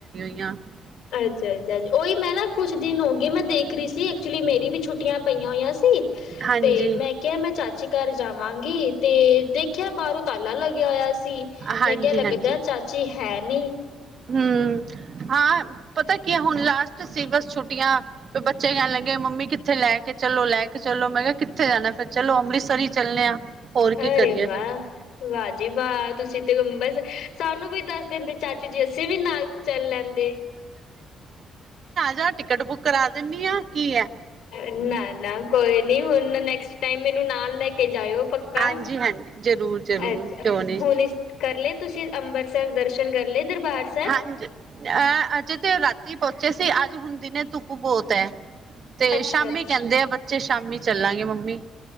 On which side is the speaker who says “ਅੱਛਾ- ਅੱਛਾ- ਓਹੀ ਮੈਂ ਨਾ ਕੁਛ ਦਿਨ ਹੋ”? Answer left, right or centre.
Left